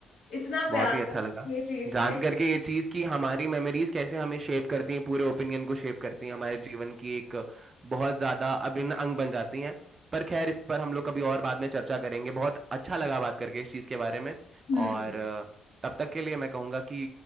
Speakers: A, on the left; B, on the right.
A: इतना प्यार
B: बहुत ही अच्छा
A: है
B: लगा
A: ये चीज
B: जान
A: से
B: करके ये चीज़ कि हमारी मेमोरीज कैसे हमें शेप करती हैं पूरे ओपिनियन को शेप करती हैं हमारे जीवन की एक बहुत ज़्यादा अभिन्न अंग बन जाती हैं पर खैर इस पर हम लोग कभी और बाद में चर्चा करेंगे बहुत अच्छा लगा बात करके इस चीज़ के बारे में
A: हम्म
B: और अ, तब तक के लिए मैं कहूँगा कि